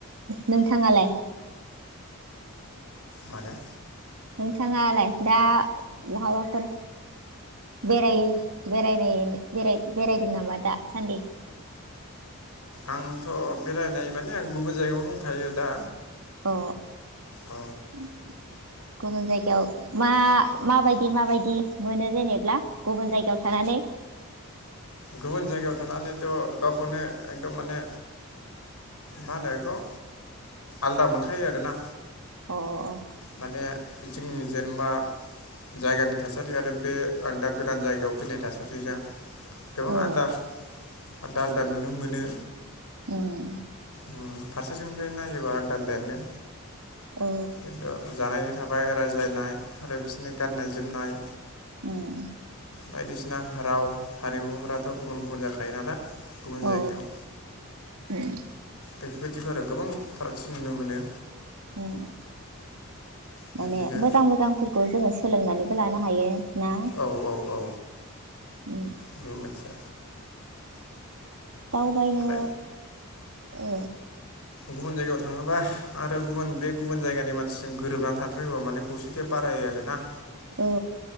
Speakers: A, on the right (about 80°); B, on the left (about 85°).
A: नोंथाङालाय?
B: माने?
A: नोंथाङालाय दा बहाबाफोर बेरायो बेराय बेरायदों नामा दासान्दि?
B: आंथ' बेरायनाय माने आं गुबुन जायगायावनो दंखायो दा।
A: अ
B: औ
A: <inaudible> गुबुन जायगायाव मा माबायदि माबायदि मोनो जेनेब्ला गुबुन जायगायाव थानानै?
B: गुबुन जायगायाव थानानैथ' गावखौनो एकदम माने मा होनो बेखौ आलदा मोनखायो आरोना।
A: अअ अ।
B: माने जोंनि जेनेबा जायगानि थासारि आरो बे आं दा गोदान जायगायाव फैनाय थासारिजों गोबां
A: औ
B: आदाफ आलदा आलदा नुनो मोनो।
A: उम
B: उम फारसेथिंनिफ्राय नायोबा आलदा आलदायानो।
A: औ
B: खिन्थु जानायनि थाबाय रायज्लायनाय आरो बिसोरनि गाननाय जोमनाय
A: उम
B: बायदिसिना राव हारिमुफोराथ' गुबुन गुबुन जाखायो नालाय। गुबुन
A: औ
B: जायगायाव
A: उम
B: बेफोरबायदिखौ आरो गोबां फारागथि नुनो मोनो।
A: उम।
B: बिदिनो
A: माने मोजां मोजांफोरखौ जोङो सोलोंनानै खौ लानो हायो। ना
B: औ औ औ
A: उम
B: बेबो मोनसे।
A: दावबायनो
B: आरो
A: ओ
B: गुबुन जायगायाव थाङोबा आरो गुबुन बे गुबुन जायगानि मानसिजों गोरोबनानै थानो रोंबा माने खौसेथिया बारायो आरो ना।
A: औ